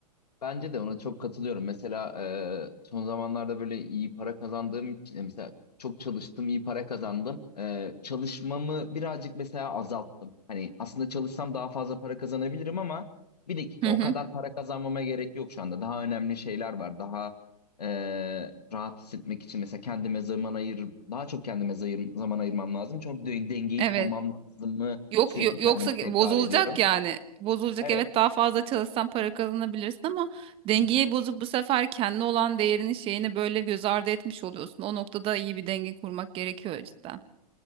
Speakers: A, on the left; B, on the right.
A: Bence de ona çok katılıyorum. Mesela e, son zamanlarda böyle iyi para kazandığım için, e, mesela çok çalıştım, iyi para kazandım. E, çalışmamı birazcık mesela azalttım. Hani aslında çalışsam daha fazla para kazanabilirim ama bir dakika
B: Hı
A: o
B: hı.
A: kadar para kazanmama gerek yok şu anda. Daha önemli şeyler var. Daha e, rahat hissetmek için mesela kendime zaman ayır, daha çok kendime zayır- zaman ayırmam lazım. Çok de- dengeyi
B: Evet.
A: kurmam lazım mı
B: Yok,
A: sürekli
B: yo- yoksa
A: kendime
B: ge-
A: tekrar
B: bozulacak
A: ediyorum.
B: yani. Bozulacak
A: Evet.
B: evet daha fazla çalışsan para kazanabilirsin ama dengeyi
A: <laughs>
B: bozup bu sefer kendi olan değerini şeyini böyle göz ardı etmiş oluyorsun. O noktada iyi bir denge kurmak gerekiyor cidden.